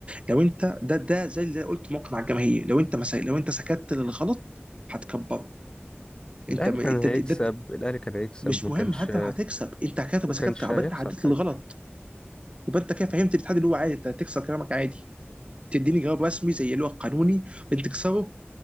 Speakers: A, on the right (about 25°); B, on the left (about 20°).
A: لو انت ده ده زي اللي قلت موقف مع الجماهير لو انت مسا... لو انت سكت للغلط هتكبره
B: الأهلي
A: انت م...
B: كان
A: انت
B: هيكسب
A: انت
B: الأهلي كان هيكسب
A: مش
B: ما
A: مهم
B: كانش
A: حتى لو هتكسب انت كده تبقى
B: ما كانش
A: سكت يبقى
B: هيحصل
A: انت عديت
B: حاجة
A: للغلط يبقى انت كده فهمت الاتحاد اللي هو عادي انت هتكسر كلامك عادي تديني جواب رسمي زي اللي هو القانوني انت تكسره